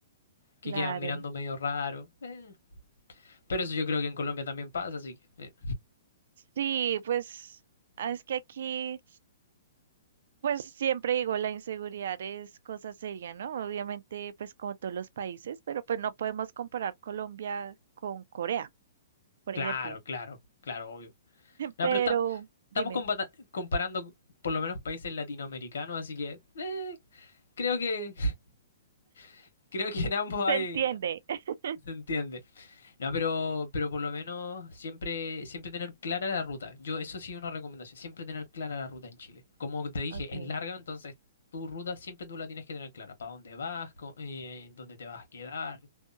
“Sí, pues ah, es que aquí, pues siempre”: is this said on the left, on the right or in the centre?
Right